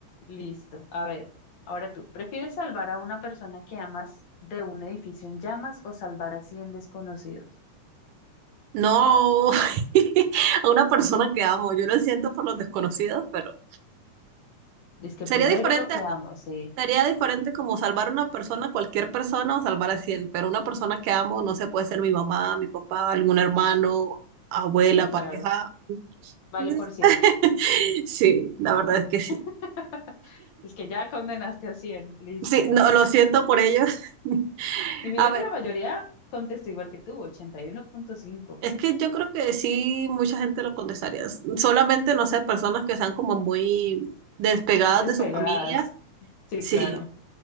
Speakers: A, on the left; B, on the right.
A: Listo. A ver, ahora tú, ¿prefieres salvar a una persona que amas de un edificio en llamas o salvar a 100 desconocidos?
B: No <laughs> a una persona que amo, yo lo siento por los desconocidos, pero
A: Es que
B: sería
A: primero
B: diferente,
A: lo que amo, sí,
B: sería diferente como salvar a una persona, cualquier persona o salvar a cien pero una persona que amo no se puede ser mi mamá, mi papá, algún hermano, abuela,
A: sí, claro.
B: pareja.
A: Vale
B: <laughs>
A: por 100.
B: Sí, la verdad es que sí.
A: <laughs> Es que ya condenaste a 100. Listo,
B: Sí,
A: dale.
B: no, lo siento por ellos. <laughs>
A: Y mira
B: A
A: que la mayoría contestó igual que tú, 81.5.
B: Es que yo creo que sí, mucha gente lo contestaría. S- Solamente, no sé, personas que sean como muy despegadas
A: Despegadas.
B: de su familia,
A: Sí,
B: sí,
A: claro.